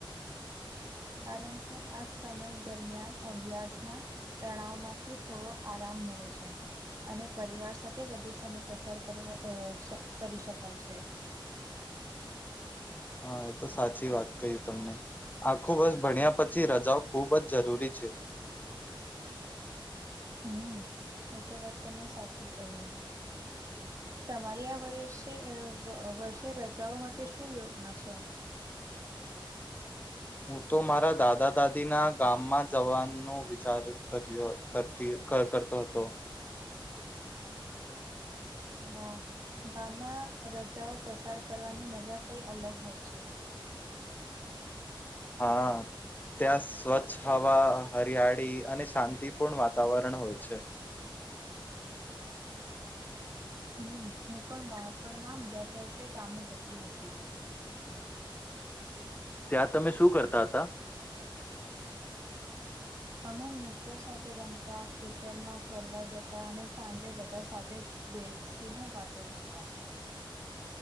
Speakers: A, on the right; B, on the left.
A: કારણ કે આ સમય દરમિયાન અભ્યાસના, તણાવમાંથી થોડો આરામ મળે છે, અને પરિવાર સાથે વધુ સમય પસાર કર કરી શકાય છે.
B: હા એ તો સાચી વાત ક તમને, આખું બર્સ ભણ્યા પછી રજાઓ ખુબ જ જરૂરી છે.
A: હમ, એ તો વાત તમને સાચી કહી, તમારી આ વર્ષે વર્ષે રજાઓ માટે શું યોજના છે?
B: હું તો મારા દાદા દાદીના ગામમાં જવાનો વિચાર કર્યોતી કરતો હતો.
A: હા ગામમાં રજાઓ પસાર કરવાની મજા કઈ અલગ હોય છે.
B: હા, ત્યાં સ્વચ્છ હવા હરિયાળી અને શાંતિપૂર્ણ વાતાવરણ હોય છે.
A: હમ હું પણ બાળપણમાં દર વર્ષે ગામે જતી હતી.
B: ત્યાં તમે શું કરતા હતા?
A: અમે મિત્રો સાથે રમતા ખેતરમાં ફરવા જતા અને સાંજે બધા સાથે, બેસીને વાતો કરતા.